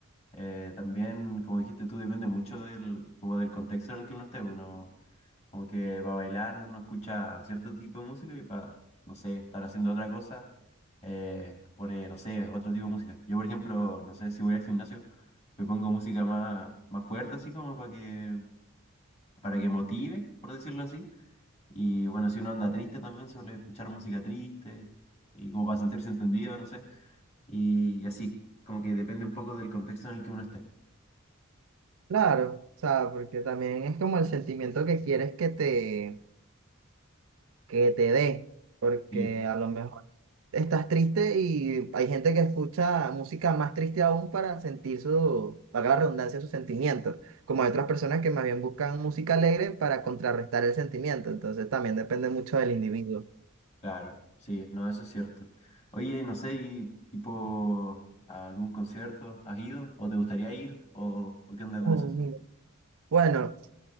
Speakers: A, on the left; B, on the right.
A: Eh, también, como dijiste tú, depende mucho del, como del contexto en el que uno esté. Uno, Como que para bailar uno escucha cierto tipo de música y para, no sé, estar haciendo otra cosa, eh, pone, no sé, otro tipo de música. Yo, por ejemplo, no sé, si voy al gimnasio, me pongo música más, más fuerte, así como para que, para que motive, por decirlo así. Y bueno, si uno anda triste también, suele escuchar música triste y como para sentirse entendido, no sé. Y, y así, como que depende un poco del contexto en el que uno esté.
B: Claro, o sea, porque también es como el sentimiento que quieres que te, que te dé, porque
A: Sí,
B: a lo mejor estás triste y hay gente que escucha música más triste aún para sentir su, para la redundancia, sus sentimientos, como hay otras personas que más bien buscan música alegre para contrarrestar el sentimiento, entonces también depende mucho del individuo.
A: Claro, sí, no, eso es cierto. Oye, no sé, y tipo, ¿a algún concierto has ido o te gustaría ir o, o qué onda
B: Oh,
A: con eso?
B: mira. Bueno,